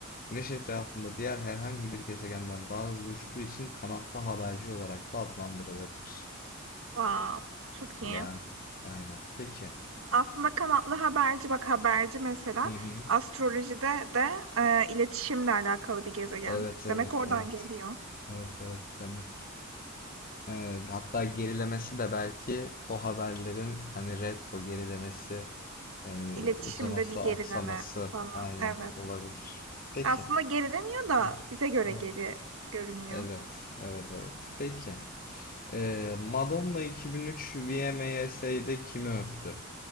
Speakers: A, on the left; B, on the right.
A: Güneş etrafında diğer herhangi bir gezegenden daha hızlı uçtuğu için kanatlı haberci olarak da adlandırılırmış.
B: Wow, çok iyi.
A: Ya, aynen. Peki.
B: Aslında kanatlı haberci, bak haberci mesela
A: Hı hı.
B: astrolojide de e, iletişimle alakalı bir gezegen.
A: Evet evet
B: Demek oradan
A: evet.
B: geliyor.
A: Evet evet demek. Ee, hatta gerilemesi de belki o haberlerin hani retro gerilemesi yani
B: İletişimde
A: uzaması
B: bir gerileme
A: aksaması
B: falan.
A: aynen
B: Evet.
A: olabilir. Peki.
B: Aslında gerilemiyor da
A: Hı
B: bize göre
A: hı.
B: geri görünüyor.
A: Evet, evet, evet. Peki. Ee, Madonna 2003 VMAs'de kimi öptü?